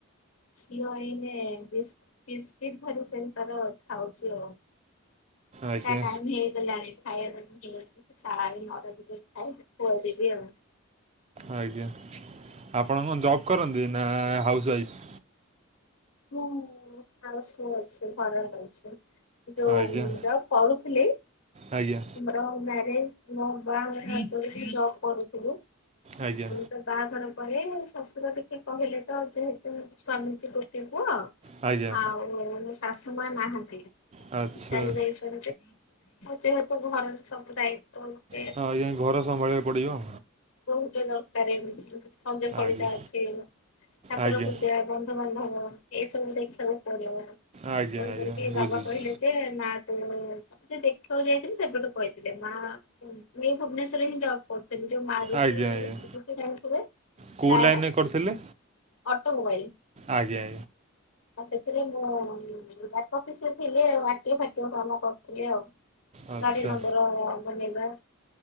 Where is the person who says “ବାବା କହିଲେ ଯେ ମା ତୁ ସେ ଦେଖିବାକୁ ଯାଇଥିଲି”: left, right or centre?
Left